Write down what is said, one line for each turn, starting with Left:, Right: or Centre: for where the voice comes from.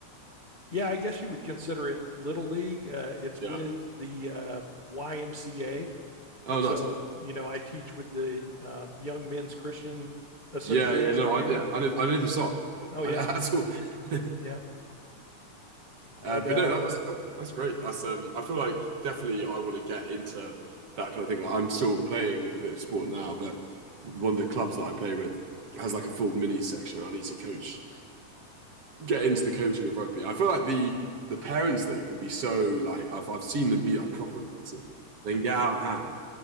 Left: yeah, I guess you would consider it little league. Uh, it's
Right: yeah?
Left: with the uh, YMCA,
Right: Oh,
Left: and so
Right: nice.
Left: you know I teach with the um, Young Men's Christian Association
Right: Yeah, yeah. No,
Left: here.
Right: I yeah. I know I know the song. <laughs>
Left: Oh yeah,
Right: I, that's all. <laughs>
Left: yeah. But
Right: uh, but
Left: uh,
Right: no, that, that's that's great. That's um. I feel like definitely I want to get into that kind of thing. Like I'm still playing a bit of sport now, but one of the clubs that I play with has like a full mini section. I need to coach, get into the coaching of rugby. I feel like the the parents though can be so like I've I've seen them be like proper aggressive. They can get out of hand